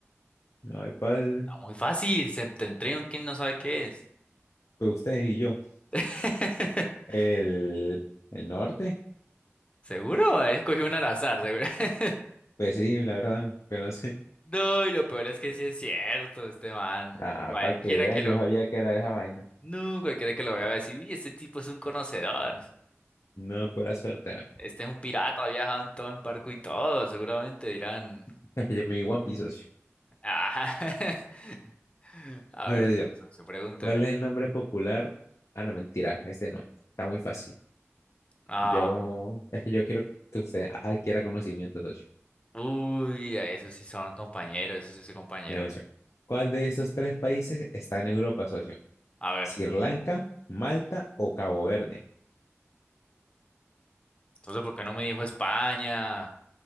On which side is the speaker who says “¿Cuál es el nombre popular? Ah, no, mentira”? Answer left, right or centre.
Left